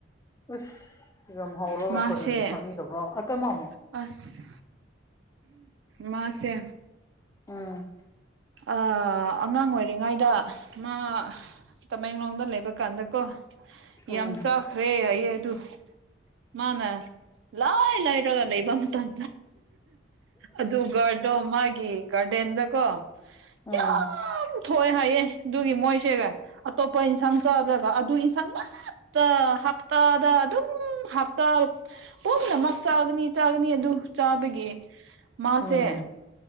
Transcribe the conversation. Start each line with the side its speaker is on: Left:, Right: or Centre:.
Left: ꯑꯁ ꯌꯥꯝ ꯍꯧꯔꯒ
Right: ꯃꯥꯁꯦ
Left: ꯀꯔꯤꯒꯤ ꯆꯥꯅꯤꯡꯗꯕ꯭ꯔꯥ ꯑ ꯀ ꯃꯥꯃꯣ
Right: ꯑꯁ ꯃꯥꯁꯦ
Left: ꯎꯝ
Right: ꯑꯥ ꯑꯉꯥꯡ ꯑꯣꯏꯔꯤꯉꯩꯗ ꯃꯥ ꯇꯃꯦꯡꯂꯣꯡꯗ ꯂꯩꯕ ꯀꯥꯟꯗꯀꯣ
Left: ꯎꯝ
Right: ꯌꯥꯝ ꯆꯥꯈ꯭ꯔꯦ ꯍꯌꯦ ꯗꯨ ꯃꯥꯅ ꯂꯣꯏ ꯂꯩꯔꯒ ꯂꯩꯕꯝ ꯃꯇꯝ ꯑꯗꯨ ꯒꯥꯔꯗꯣ ꯃꯥꯒꯤ ꯒꯥꯔꯗꯦꯟꯗꯀꯣ
Left: ꯎꯝ
Right: ꯌꯥꯝ ꯊꯣꯛꯑꯦ ꯍꯥꯏꯌꯦ ꯑꯗꯨꯒꯤ ꯃꯣꯏꯁꯦ ꯑꯇꯣꯞꯄ ꯏꯟꯁꯥꯡ ꯆꯥꯗ꯭ꯔꯒ ꯑꯗꯨ ꯏꯟꯁꯥꯡ ꯉꯥꯛ ꯇ ꯍꯥꯞꯇꯥꯗ ꯑꯗꯨꯝ ꯍꯞꯇꯥ ꯄꯨꯝꯅꯃꯛ ꯆꯥꯒꯅꯤ ꯆꯥꯒꯅꯤ ꯑꯗꯨ ꯆꯥꯕꯒꯤ ꯃꯥꯁꯦ
Left: ꯎꯝ